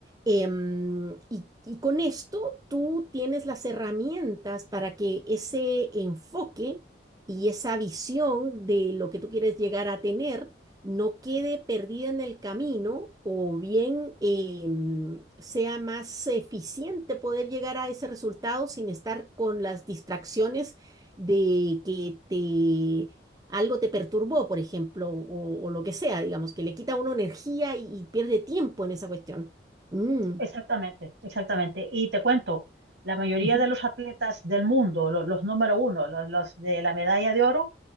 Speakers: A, on the right; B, on the right.
A: Em, y, y con esto tú tienes las herramientas para que ese enfoque y esa visión de lo que tú quieres llegar a tener no quede perdida en el camino o bien em, sea más eficiente poder llegar a ese resultado sin estar con las distracciones de que te... Algo te perturbó, por ejemplo, o, o lo que sea, digamos, que le quita a uno energía y y pierde tiempo en esa cuestión. Mm,
B: Exactamente, exactamente. Y te cuento, la mayoría
A: Ujú,
B: de los atletas del mundo, lo- los, número uno, los, los de la medalla de oro,